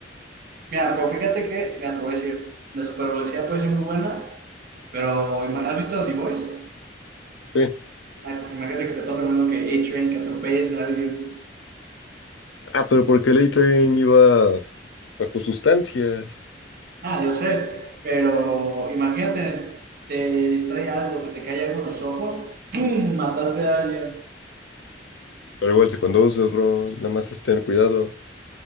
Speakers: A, on the right; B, on the left.
A: Mira, pero fíjate que, mira, te voy a decir, la supervelocidad puede ser muy buena, pero ima- ¿has visto The Voice?
B: Sí.
A: Ay, pues imagínate que te pasa lo mismo que A-Train, que atropelles a alguien.
B: Ah, pero porque el A-Train iba bajo sustancias.
A: Ah, yo sé, pero imagínate, te distrae algo, se te cae algo en los ojos, ¡pum! Mataste a alguien. <laughs>
B: Pero igual si conduces, bro, nada más es tener cuidado.